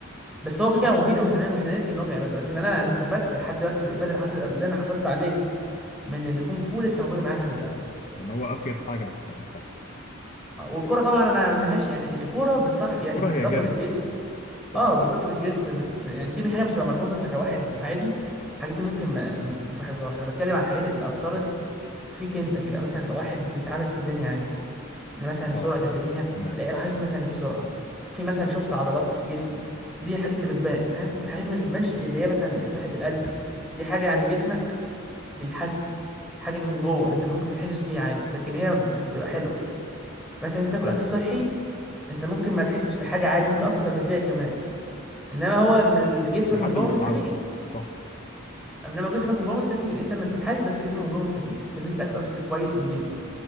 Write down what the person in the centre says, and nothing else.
بس هو كده كده مفيد ومش هننكر مش هننكر ان هو بيعمله لكن انا انا استفدت لحد دلوقتي الافاده اللي حصل اللي انا حصلت عليها من الكونج فو لسه موجوده معايا لحد دلوقتي
آه، والكرة طبعا انا ملهاش يعني الكرة بتصح يعني
بتظبط
الجسم
اه بتظبط الجسم بت... يعني دي حاجه مش تبقى ملحوظه انت كواحد عادي الحاجات دي ممكن ما, ما ما تلاحظهاش انا بتكلم عن الحاجات اللي اثرت فيك انت ك- مثلا كواحد بيتعامل في الدنيا عادي مثلا سرعه
البديهه
الاقي لاحظت مثلا ان في سرعه في مثلا شفت عضلات في جسمك دي الحاجات اللي بتبان فاهم الحاجات اللي مش بتبانش اللي هي مثلا صحه القلب دي حاجه يعني جسمك بيتحسن حاجه من جوه انت ممكن ما تحسش بيها عادي لكن هي بت- بتبقى حلوه مثلا انت تاكل
اكل صحي انت ممكن ما تحسش بحاجه عادي ممكن اصلا تبقى متضايق كمان انما هو من جسمك
من جوه
مستفيد
انما جسمك من جوه مستفيد انت ما انتش حاسس بس جسمك من جوه مستفيد بان انت تاكل اكل كويس ونضيف